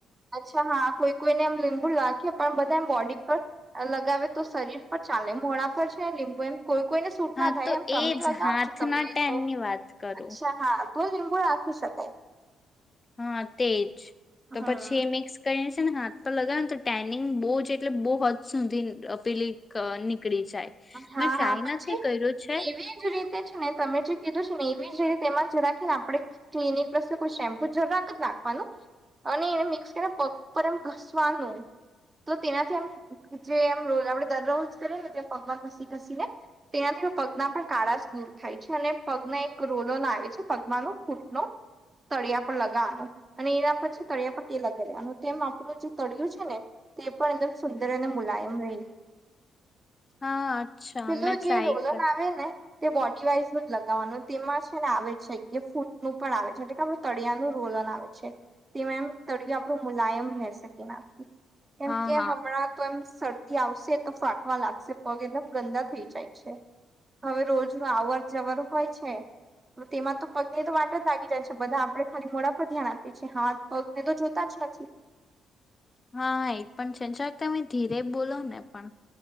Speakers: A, on the right; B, on the left.
A: અચ્છા હા કોઈ કોઈને લીંબુ લાગે. પણ બધા એમ બોડી પર લગાવે તો શરીર પર ચાલે મોડા પર છે લીંબુ એમ કોઈ કોઈને સૂટ
B: હા
A: ના થાય
B: તો
A: એમ તમે
B: એજ
A: લગાવો
B: હાથના
A: છો તમમે
B: ટેનની
A: જો
B: વાત કરું
A: અચ્છા હા. તો લીંબુ રાખી શકાય.
B: હા તેજ તો
A: હમ
B: પછી એ મિક્સ કરી. ને હાથ પર લગાવે ને તો ટાનિંગ બહુ જ એટલે બહુ હદ સુધી અ પેલી કનિક પકડી જાય
A: હા
B: મેં ટ્રાય
A: હા પછી
B: નથી કર્યું છે.
A: એવી જ રીતે છે ને તમે જે કીધું છે ને એવી જ રીતે એમાં જ રાખીને આપણે ક્લિનિક પ્લસ કોઈ શેમ્પુ જ રાખ જ ના હલો અને એને મિક્સ કરીને પગ પર એમ ઘસવાનું તો તેનાથી એમ જે એમ રોલ આપડે દર રોલ કરેને પગવા ઘસી ઘસી ને તેનાથી પગના પર કાળાશ દૂર થાય છે અને પગના એક રોલોના આવે છે પગમાંનો ફૂટનો તળિયા પર લગાવવાનું અને એના પછી તળિયા પર તે લગાવી લેવાનું તેમ આપણું જે તળિયું છે ને તે પણ એકદમ સુંદર અને મુલાયમ રહી
B: હા અચ્છા
A: પેલું
B: મેં ટ્રાય
A: જે રોલન
B: કર
A: આવે ને તે બોડી વાઈઝ બધુ જ લગાવવાનું તેમાં છે ને આવે છે કે ફૂટનું પણ આવે છે એટલે કે આપડે તળિયા નું રોલર અના આવે છે તેમ તળ આપણું મુલાયમ રહેશે તેનાથી કેમ
B: હા
A: કે
B: હા
A: હમણાં તો એમ શરદી આવશે તો ફાટવા લાગશે પગ એમ ગંદા થઈ જાય છે હવે રોજ નુ આવન જવર હોય છે તો તેમાં તો પગની તો વાટ જ લાગી જાય છે બધા આપડે ખરી મોડા પર ધ્યાન આપએ છીએ હા પગને તો જોતા જ નથી
B: હા એ પણ સંચો તમે ધીરે બોલો ને પણ